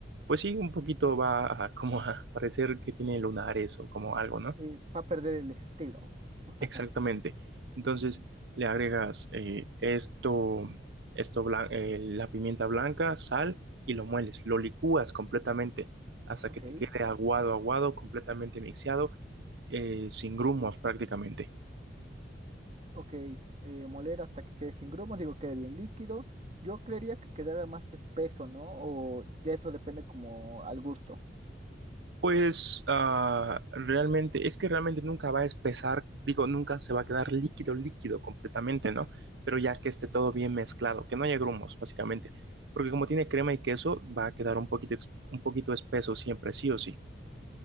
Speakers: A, on the right (about 70°); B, on the right (about 35°).
A: pues sí, un poquito va a, como a parecer que tiene lunares o como algo, ¿no?
B: Y va a perder el estilo. <laughs>
A: Exactamente. Entonces le agregas eh, esto, esto blan- eh, la pimienta blanca, sal y lo mueles, lo licúas completamente hasta
B: Ok,
A: que te quede aguado, aguado, completamente mixeado, eh, sin grumos prácticamente.
B: ok. eh, moler hasta que quede sin grumos, digo, quede bien líquido. Yo creería que quedara más espeso, ¿no? O ya eso depende como al gusto.
A: Pues ah, realmente, es que realmente nunca va a espesar, digo, nunca se va a quedar líquido, líquido completamente, ¿no? Pero ya que esté todo bien mezclado, que no haya grumos, básicamente. Porque como tiene crema y queso, va a quedar un poquito, ex- un poquito espeso siempre, sí o sí.